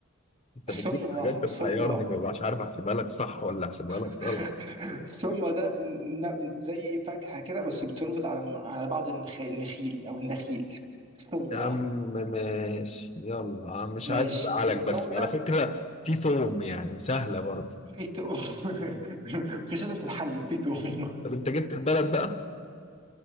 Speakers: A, on the left; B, on the right.
A: أنت بتجيب
B: ثمره
A: حاجات بتحيرني
B: ثمره
A: مبقاش عارف أحسبها لك صح ولا أحسبها
B: <laughs>
A: لك غلط
B: ثمره ده ن- زي فاكهه كده بس بتنبت على على بعض النخ- النخيل او النخيل ثمره
A: يا عم ماشي يلا عم مش
B: ماشي
A: عايز أزعلك
B: الدولة
A: بس على فكرة في ثوم يعني سهلة برضه
B: في ثوم <laughs> مش لازم تتحنك في ثوم
A: طب أنت جبت البلد بقى